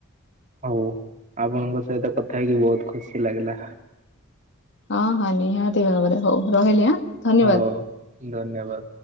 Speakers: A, on the right; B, on the left.
A: ହଉ ଆପଣଙ୍କ ସହିତ କଥା ହେଇକି ବହୁତ ଖୁସି ଲାଗିଲା।
B: ହଁ ହଁ ନିହାତି ଭାବରେ ହଉ ରହିଲି ଆଁ ଧନ୍ୟବାଦ।
A: ହଉ ଧନ୍ୟବାଦ।